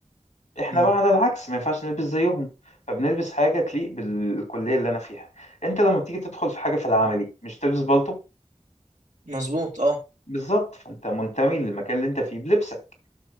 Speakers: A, on the left; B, on the right.
A: احنا
B: مم.
A: بقى على العكس ما ينفعش نلبس زيهم فبنلبس حاجة تليق بالكلية اللي انا فيها انت لما بتيجي تدخل في حاجة في العملي مش تلبس بالطو
B: مظبوط اه
A: بالظبط فانت منتمي للمكان اللي انت فيه بلبسك